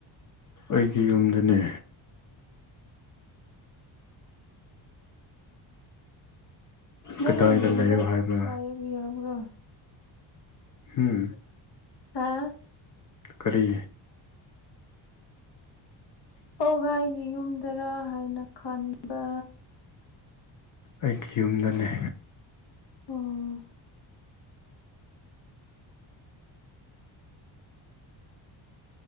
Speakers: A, on the left (about 40°); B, on the left (about 55°).
A: ꯑꯩꯒꯤ ꯌꯨꯝꯗꯅꯦ
B: ꯅꯪꯒꯤ
A: ꯀꯗꯥꯏꯗ
B: ꯌꯨꯝꯗ
A: ꯂꯩꯌꯣ ꯍꯥꯏꯕ꯭ꯔꯥ
B: ꯂꯥꯛꯑꯕꯤ ꯌꯥꯕ꯭ꯔꯣ
A: ꯍꯝ
B: ꯍꯥꯥ
A: ꯀꯔꯤ
B: ꯄꯧꯒꯥꯏꯒꯤ ꯌꯨꯝꯗꯔꯥ ꯍꯥꯏꯅ ꯈꯟꯕ
A: ꯑꯩꯒꯤ ꯌꯨꯝꯗꯅꯦ
B: ꯑꯣ